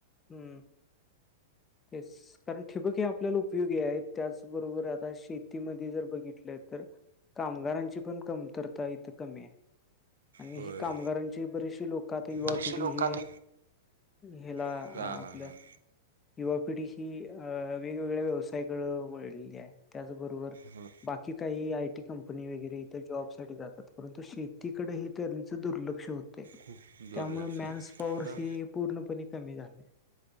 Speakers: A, on the left; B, on the right.
A: हं. तेच. कारण ठिबक हे आपल्याला उपयोगी आहे. त्याचबरोबर आता शेतीमध्ये जर बघितल तर कामगारांची पण कमतरता इथं कमी आहे. आणि
B: होय
A: ही कामगारांची बरीेचशी लोक आता युवा
B: कृषी
A: पिढी
B: लोकात
A: ही हेला
B: हां
A: आपल
B: हां हां
A: युवा पिढी ही अ वेगवेगळ्या व्यवसायाकडे वळलेली आहे. त्याचबरोबर
B: हां
A: बाकी काही आय टी कंपनी वगैरे इथ. जॉबसाठी जातात. परंतु शेतीकड हे त्यांच दुर्लक्ष होतय.
B: खूप दुर्लक्ष
A: त्यामुळे मॅन्स
B: आहे
A: पॉवर
B: आता
A: हे पूर्णपणे कमी झाल्या.